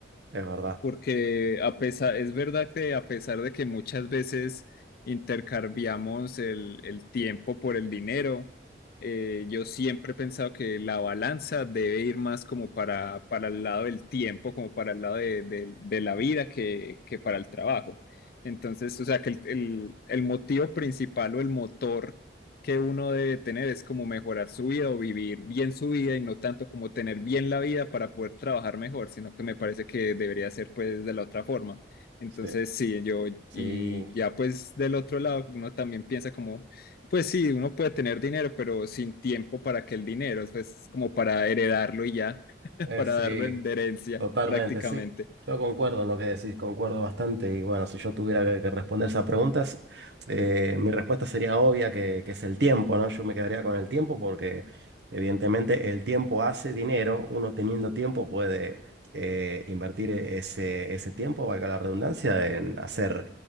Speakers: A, on the right; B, on the left.
A: es verdad.
B: porque a pesar, es verdad que a pesar de que muchas veces intercambiamos el, el tiempo por el dinero, eh, yo siempre he pensado que la balanza debe ir más como para, para el lado del tiempo, como para el lado de, de- de la vida que, que para el trabajo. Entonces, o sea, que el, el- el motivo principal o el motor que uno debe tener es como mejorar su vida o vivir bien su vida y no tanto como tener bien la vida para poder trabajar mejor, sino que me parece que debería ser pues de la otra forma. Entonces,
A: Sí.
B: sí, yo,
A: Sí,
B: y ya pues del otro lado, uno también piensa como, pues sí, uno puede tener dinero, pero sin tiempo para que el dinero, pues como para heredarlo y ya, <laughs>
A: eh,
B: para
A: sí,
B: darlo en de herencia
A: totalmente,
B: prácticamente.
A: sí. Yo concuerdo en lo que decís, concuerdo bastante. Y bueno, si yo tuviera que, que responder esas preguntas, eh, mi respuesta sería obvia que, que es el tiempo, ¿no? Yo me quedaría con el tiempo porque evidentemente el tiempo hace dinero. Uno teniendo tiempo puede eh, invertir e- ese, ese tiempo, valga la redundancia, en hacer